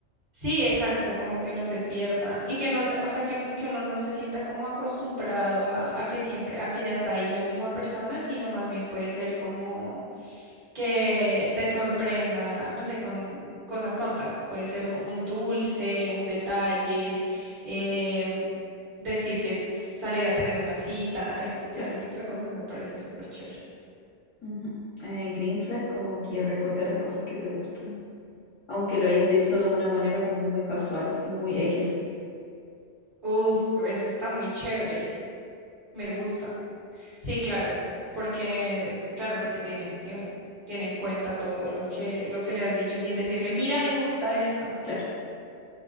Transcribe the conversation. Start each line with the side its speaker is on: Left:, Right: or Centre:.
Right: sí, exacto, como que no se pierda y que no se, o sea, que, n- que uno no se sienta como acostumbrado a, a que siempre, a que ya está ahí la misma persona, sino más bien puede ser como... que te sorprenda, no sé, con cosas tontas. Puede ser un, un dulce, un detalle, em, decir que salir a tener una cita, eso,
Left: Claro.
Right: ese tipo de cosas me parece súper chévere.
Left: Ujú. Eh, green flag, como que recuerde las cosas que te gustan. Aunque lo hayas dicho de una manera como muy casual y muy X.
Right: Uf, eso está muy chévere, me gusta. Sí, claro, porque, claro, porque tienen, eh, tienen en cuenta todo lo que, lo que le has dicho sin decirle, mira, me gusta esto.
Left: Claro.